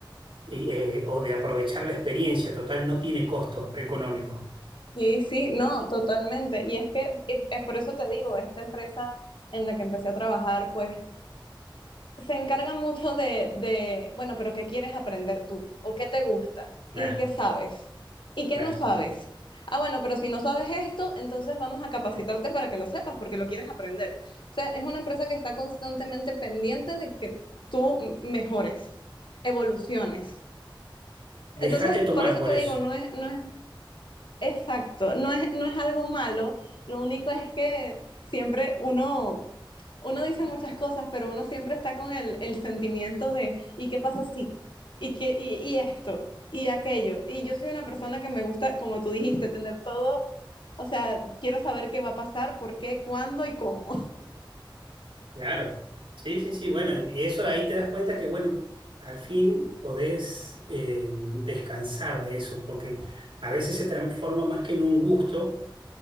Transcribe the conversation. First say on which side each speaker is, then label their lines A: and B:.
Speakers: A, on the right; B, on the left.
A: y, eh, o de aprovechar la experiencia. Total, no tiene costo económico.
B: Sí, sí, no, totalmente. Y es que eh, es por eso te digo, esta empresa en la que empecé a trabajar, pues se encarga mucho de, de, bueno, pero ¿qué quieres aprender tú? ¿O qué te gusta?
A: Claro,
B: ¿Y qué sabes? ¿Y
A: claro.
B: qué no sabes? Ah, bueno, pero si no sabes esto, entonces vamos a capacitarte para que lo sepas, porque lo quieres aprender. O sea, es una empresa que está constantemente pendiente de que tú mejores, evoluciones.
A: Déjate
B: Entonces,
A: tomar
B: por eso
A: por
B: te
A: eso.
B: digo, no es, no es, Exacto, no es, no es algo malo, lo único es que siempre uno, uno dice muchas cosas, pero uno siempre está con el, el sentimiento de, ¿y qué pasa si? ¿Y qué, y, y esto? ¿Y aquello? Y yo soy una persona que me gusta, como tú dijiste, tener todo, o sea, quiero saber qué va a pasar, por qué, cuándo y cómo.
A: Claro. Sí, sí, sí. Bueno, y eso ahí te das cuenta que, bueno, al fin podés eh, descansar de eso, porque a veces se transforma más que en un gusto